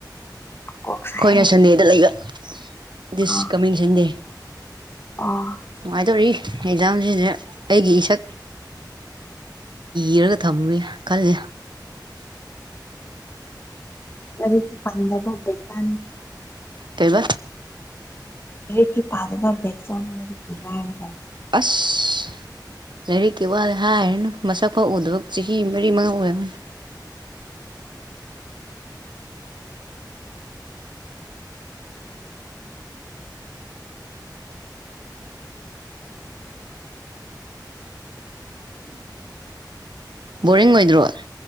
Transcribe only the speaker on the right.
ꯑꯩꯈꯣꯏꯅ ꯁꯟꯗꯦꯗ ꯂꯩꯕ ꯗꯤꯁ
ꯀꯃꯤ ꯁꯟꯗꯦ
ꯅꯨꯡꯉꯥꯏꯗꯧꯔꯤ ꯑꯦꯛꯖꯥꯝꯁꯤꯁꯦ ꯑꯩꯒꯤ ꯏꯁꯛ ꯏꯔꯒ ꯊꯝꯃꯨꯒꯦ ꯈꯜꯂꯤ
ꯀꯩꯕ
ꯑꯁ ꯂꯥꯏꯔꯤꯛꯀꯤ ꯋꯥꯗ ꯍꯥꯏꯔꯅꯨ ꯃꯁꯛ ꯐꯎꯗꯕ ꯆꯍꯤ ꯃꯔꯤ ꯃꯉꯥ ꯑꯣꯏꯔꯝꯅꯤ ꯕꯣꯔꯤꯡ ꯑꯣꯏꯗ꯭ꯔꯣ